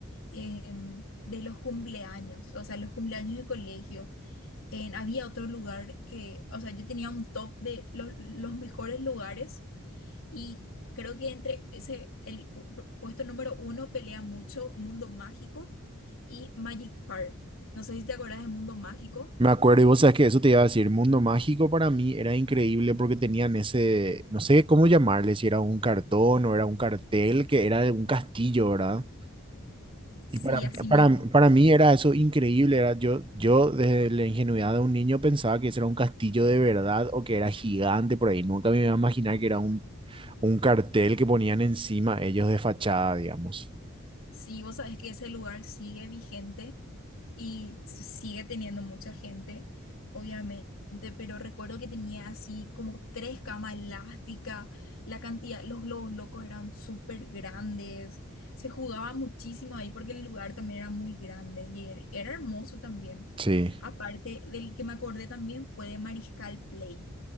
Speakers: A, on the left; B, on the right.
A: Em, de los cumpleaños, o sea, los cumpleaños de colegio. en- había otro lugar que, o sea, yo tenía un top de los, los mejores lugares y creo que entre ese, el u- pu- puesto número uno pelea mucho Mundo Mágico y Magic Park. No sé si te acordás de Mundo Mágico.
B: Me acuerdo, y vos sabes que eso te iba a decir, Mundo Mágico para mí era increíble porque tenían ese, no sé cómo llamarle, si era un cartón o era un cartel, que era de un castillo, ¿verdad?
A: Sí,
B: Y para, mí-
A: así
B: para,
A: mismo.
B: para mí era eso increíble, era yo, yo desde la ingenuidad de un niño pensaba que ese era un castillo de verdad o que era gigante por ahí, nunca me iba a imaginar que era un, un cartel que ponían encima ellos de fachada, digamos.
A: Sí, vos sabés que ese lugar sigue vigente y s- sigue teniendo mucha gente, obviamente, pero recuerdo que tenía así como tres camas elásticas, la cantidad, los globos locos eran súper grandes, se jugaba muchísimo ahí porque el lugar también era muy grande y era, era hermoso también.
B: Sí,
A: Aparte del que me acordé también fue de Mariscal Play